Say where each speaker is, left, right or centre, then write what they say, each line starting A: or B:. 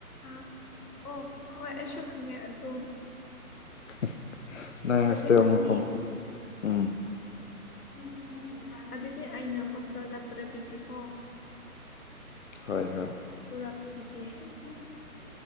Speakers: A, on the left (about 75°); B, on the left (about 55°).
A: ꯑꯥ ꯑꯣ ꯍꯣꯏ ꯑꯁꯨ ꯈꯪꯉꯦ ꯑꯗꯨ
B: <unintelligible>
A: ꯍꯧꯖꯤꯛ
B: ꯍꯣꯁꯇꯦꯜ
A: ꯈꯥꯟꯗꯤ
B: ꯃꯐꯝ ꯎꯝ
A: ꯑꯗꯨ ꯑꯗꯨꯗꯤ ꯑꯏꯩꯅ ꯀꯁꯖ ꯄꯨꯔꯥ ꯄꯤꯀꯣ
B: ꯍꯣꯏ ꯍꯣꯏ
A: ꯄꯨꯔꯛ ꯄꯤ ꯑꯗꯨ